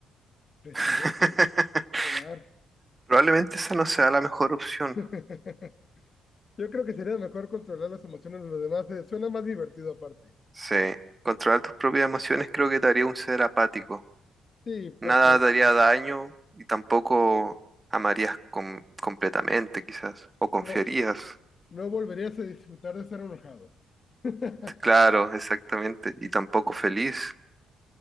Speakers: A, on the left (about 40°); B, on the right (about 20°).
A: presidente,
B: <laughs>
A: robar.
B: Probablemente esa no sea la mejor opción.
A: <laughs> Yo creo que sería mejor controlar las emociones de los demás. eh, Suena más divertido aparte.
B: Sí, controlar tus propias emociones creo que te haría un ser apático.
A: Sí, porque
B: Nada te haría daño y tampoco amarías com- completamente, quizás, o confiarías.
A: no, no volverías a disfrutar de estar enojado. <laughs>
B: Claro, exactamente, y tampoco feliz.